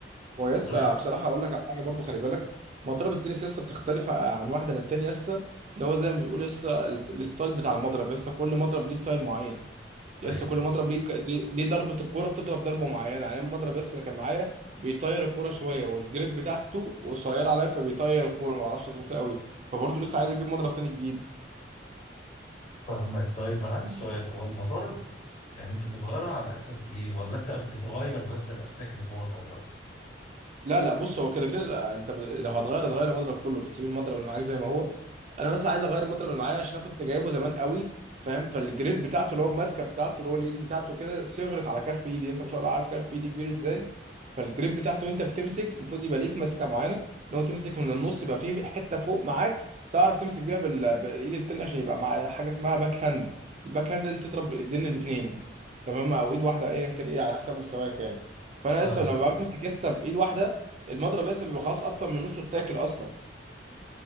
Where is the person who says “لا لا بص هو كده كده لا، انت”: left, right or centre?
Right